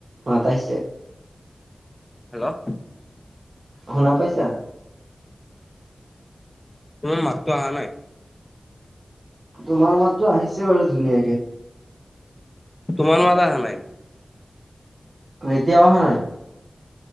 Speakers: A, on the right; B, on the left.
A: মাতাইছে।
B: হেল্ল'
A: শনা পাইচা।
B: তোমাৰ মাতটো অহা নাই।
A: তোমাৰ মাততো আহিছে বাৰু ধুনীয়াকে।
B: তোমাৰ মাত অহা নাই।
A: এতিয়া অহা নাই।